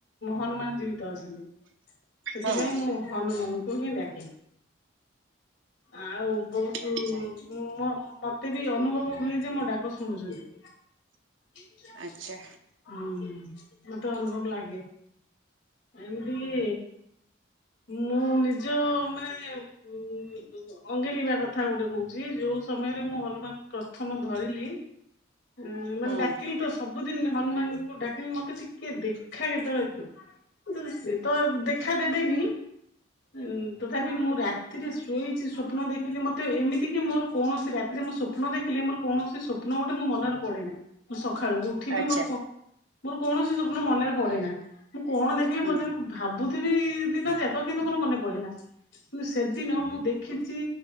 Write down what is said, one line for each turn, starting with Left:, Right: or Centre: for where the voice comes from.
Left: ହନୁମାନ ଜୀବି ତ ଅଛନ୍ତି, ସେଥିପାଇଁ
Right: ହଁ
Left: ମୁଁ ହନୁମାନଙ୍କୁ ହିଁ ଡାକେ। ଆଉ ବହୁତୁ
Right: ଆଚ୍ଛା
Left: ମୋ ମୋତେ ବି ଅନୁଭବ ହୁଏ ଯେ ମୋ ଡାକ ଶୁଣୁଛନ୍ତି। ଉଁ,
Right: ଆଚ୍ଛା
Left: ହୁଁ, ମୋତେ ଅନୁଭବ ଲାଗେ। ଏମିତିକି ମୁଁ ନିଜ ମାନେ ଉଁ, ଅଙ୍ଗେଲିଭା କଥା ଗୋଟେ କହୁଚି, ଯୋ ଯୋଉ ସମୟରେ ମୁଁ ହନୁମାନଙ୍କୁ ପ୍ରଥମ ଧରିଲି। ଉଁ, ମାନେ
Right: ହୁଁ।
Left: ଡାକିଲି ତ ସବୁ ସବୁଦିନ ହନୁମାନଙ୍କୁ ଡାକିନି ମୋତେ ଟିକେ ଦେଖା କେତେବେଳେ ଦିଅ। ତ ସିଏ ତ ଦେଖା ଦେବେନି। ଏ ଉଁ, ତଥାପି ମୁଁ ରାତିରେ ଶୋଇଚି ସ୍ୱପ୍ନ ଦେଖିଲି ମୋତେ ଏମିତି କି ମୋର କୌଣସି ରାତି ଯେ ମୁଁ ସ୍ବପ୍ନ ଦେଖିଲେ ମୋର କୌଣସି ସ୍ୱପ୍ନ ଗୋଟେ ମୋ ମନର ପଡେନା ମୁଁ ସଖାଳ କୁ ଉଠିବି
Right: ଆଚ୍ଛା
Left: ମୋର କ ମୋର କୌଣସି ସ୍ୱପ୍ନ ମନେର ପଡେନା ମୁଁ କଣ ଦେଖିଲି
Right: ହୁଁ
Left: ମୋତେର ଭାବୁ ଥିବି ଦିନ ଯାକ କିନ୍ତୁ ମୋର ମନେ ପଡେନା। କିୁ ସେଦିନ ମୁଁ ଦେଖିଚି